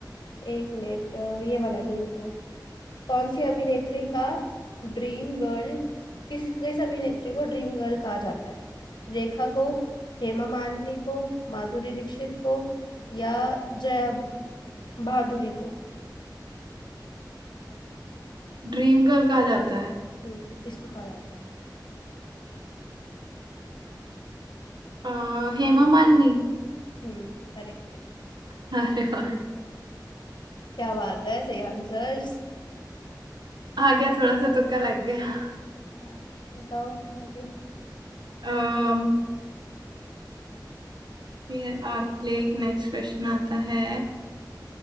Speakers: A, on the left; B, on the right.
A: एक मिनट अ, ये वाला नहीं रुको कौन सी अभिनेत्री का ड्रीम गर्ल किस किस अभिनेत्री को ड्रीम गर्ल कहा जाता है रेखा को हेमा मालिनी को माधुरी दीक्षित को या जया बहादुरी को
B: ड्रीम गर्ल कहा जाता है
A: हम्म किसको कहा जाता है
B: अ, हेमा मालिनी
A: हम्म करेक्ट
B: <laughs> अरे वाह
A: क्या बात है सही आंसर्स
B: आ गया थोड़ा सा तुक्का लग गया
A: हाँ बताओ आगे
B: अम्म फिर आपके लिए एक नेक्स्ट क्वेश्चन आता है